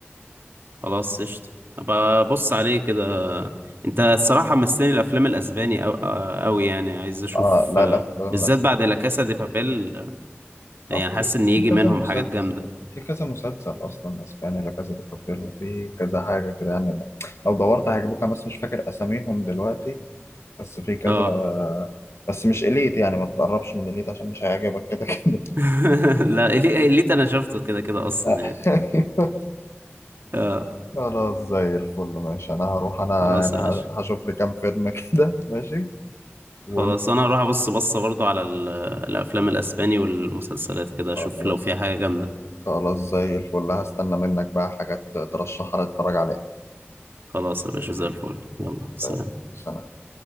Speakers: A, on the right; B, on the left.
A: خلاص قشطة ابقى بص عليه كده انت الصراحة مستني الافلام الاسباني او آه، اوي يعني عايز اشوف
B: اه لا
A: آه،
B: لا فيلم
A: بالذات
B: الاسباني
A: بعد لا كاسا دي بابيل آه، يعني
B: اه في
A: حاسس ان يجي
B: في كذا
A: منهم
B: مسلسل
A: حاجات جامدة
B: في كذا مسلسل اصلا اسباني لا كذا دي بابيل وفي كذا حاجه كده يعني أنا لو دورت هيعجبوك انا بس مش فاكر اساميهم دلوقتي بس في كذا
A: اه
B: بس مش اليت يعني ما تقربش من اليت عشان مش هيعجبك كده كده
A: <laughs> لا إلي- إليت انا شفته كده كده اصلا
B: <laughs>
A: يعني اه
B: خلاص زي الفل ماشي انا هروح انا
A: خلاص
B: يعني
A: يا
B: ه-
A: باشا
B: هشوف لي كام فيلم <laughs> كده ماشي ون...
A: خلاص انا هروح ابص بصه برضو على ال- الافلام الاسباني والمسلسلات كده اشوف
B: خلاص
A: لو فيها حاجه جامده
B: خلاص زي الفل هستنى منك بقى حاجات ترشحها لي اتفرج عليها
A: خلاص يا باشا زي الفل يلا سلام
B: زي الفل. سلام